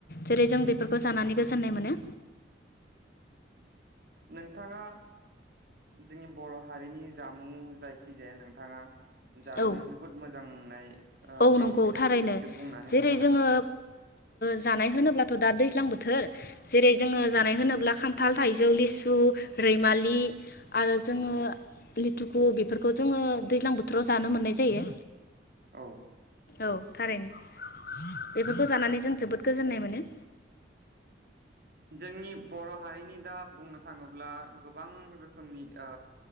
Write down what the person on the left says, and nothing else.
जेरै जों बे बेफोरखौ जानानै गोजोननाय मोनो।
औ
औ
नंगौ
थारैनो
जेरै
जोङो
जानाय होनोब्लाथ' दा दैज्लां बोथोर जेरै जोङो ओ जानाय होनोब्ला खान्थाल थाइजौ लिसु रैमालि आरो जोङो लिथुखु बेफोरखौ जोङो दैज्लां बोथोराव जानो मोननाय जायो।
औ थारैनो बेफोरखौ जानानै जों जोबोद गोजोननाय मोनो।